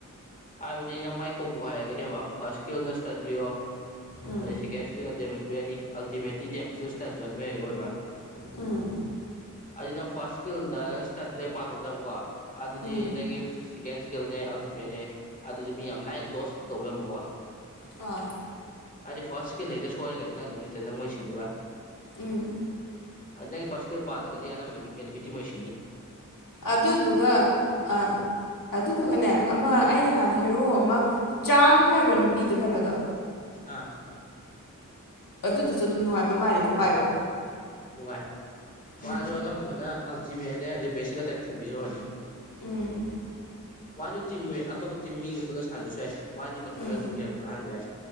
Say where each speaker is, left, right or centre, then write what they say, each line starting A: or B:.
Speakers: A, on the left; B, on the left.
A: ꯍꯥꯏꯕꯗꯤ ꯅꯪ ꯃꯥꯏ ꯀꯣꯝꯝꯕꯧ ꯍꯥꯏꯔꯒꯗꯤ ꯍꯝꯕ ꯐꯥꯔꯁ ꯀꯦꯜꯅ ꯇꯟꯕꯤꯔꯣ
B: ꯎꯝ
A: ꯑꯗꯩ ꯁꯦꯀꯦꯟꯀꯖ ꯄꯤꯅꯤ ꯑꯜꯤ ꯑꯣꯏꯕ
B: ꯎꯝ
A: ꯍꯥꯏꯗꯤ ꯅꯪ ꯐꯥꯔꯁ ꯏꯁꯀꯤꯜꯗ ꯅꯪ ꯁ꯭ꯇꯟꯗ ꯄꯥꯍꯧꯗꯕꯀꯣ ꯑꯗꯨꯗꯤ
B: ꯎꯝ
A: ꯅꯪꯒꯤ ꯁꯦꯀꯦꯟ ꯅꯦ ꯑꯜꯇꯤꯃꯦꯠꯅꯦ ꯑꯗꯨꯗꯤ ꯃꯤ ꯌꯥꯝ ꯂꯥꯏꯅ ꯗꯣꯁꯅ ꯇꯧꯕꯤꯔꯝꯕꯀꯣ
B: ꯑ
A: ꯍꯥꯏꯗꯤ ꯐꯥꯔꯁꯀꯤꯜ ꯍꯦꯛꯇ ꯁꯣꯏꯔꯒꯗꯤ ꯅꯪ ꯑꯗꯨꯕꯨ ꯍꯦꯛꯇ ꯅꯪꯉꯣꯏꯁꯤꯗꯨꯕ
B: ꯎꯝ
A: ꯅꯪꯒꯤ ꯐꯥꯔꯁ ꯀꯜ ꯄꯥꯔꯒꯗꯤ ꯑꯅꯝꯕ ꯅꯨꯃꯤꯠꯅꯤꯃꯤꯇꯤꯃꯣꯏꯁꯤꯅꯤ
B: ꯑꯗꯨꯗꯨꯒ ꯑꯥ ꯑꯗꯨꯗꯨꯒꯅꯦ ꯑꯃ ꯑꯩꯅ ꯅꯍꯥꯟ ꯍꯦꯔꯣ ꯑꯃ ꯆꯥꯡ ꯍꯥꯏꯕ꯭ꯔꯥ ꯅꯨꯄꯤꯗꯣ ꯀꯩꯅꯣꯗꯣ
A: ꯑꯥ
B: ꯑꯗꯨꯗꯁꯨ ꯑꯗꯨꯝ ꯅꯨꯡꯉꯥꯏꯕ ꯃꯥꯜꯂꯦꯀꯣ ꯄꯥꯏꯕ
A: ꯅꯨꯡꯉꯥꯏ ꯃꯥꯁꯨ
B: ꯎꯝ
A: ꯑꯅꯝꯕꯅ ꯑꯜꯇꯤꯃꯦꯠꯅꯦ ꯑꯗꯩ ꯕꯦꯁꯤꯇ ꯐꯨꯕꯤꯈ꯭ꯔꯨꯔꯅꯤ
B: ꯎꯝ
A: ꯃꯥꯁꯨ ꯇꯤꯝꯅꯦ ꯑꯇꯣꯞꯄ ꯇꯤꯝ ꯃꯤꯒ ꯄꯨꯂ ꯁꯥꯟꯗꯁꯨ ꯌꯥꯏ ꯃꯥꯗꯤ ꯃꯊꯟꯇ
B: ꯎꯝ
A: ꯑꯗꯨꯝ ꯀꯦꯝ ꯀꯥꯍꯟꯕ ꯌꯥꯏ